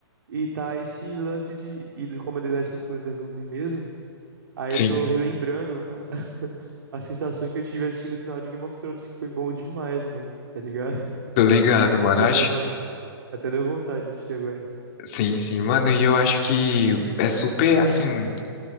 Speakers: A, on the right; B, on the left.
A: E tá esse lance de, e do- como a The Last of Us é zumbi mesmo. Aí
B: Sim,
A: eu tô relembrando a, <laughs> a sensação que eu tive assistindo o final de Game of Thrones, que foi bom demais, mano. Tá ligado? <laughs>
B: tô ligado, mano.
A: Aí
B: Eu acho.
A: deu, até deu vontade de assistir agora.
B: Sim, sim, mano, e eu acho que é super assim.